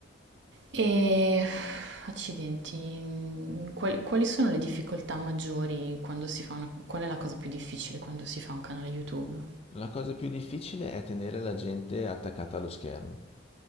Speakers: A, on the right; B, on the left.
A: e accidenti, quali, quali sono le difficoltà maggiori quando si fa una... Qual è la cosa più difficile quando si fa un canale YouTube?
B: La cosa più difficile è tenere la gente attaccata allo schermo.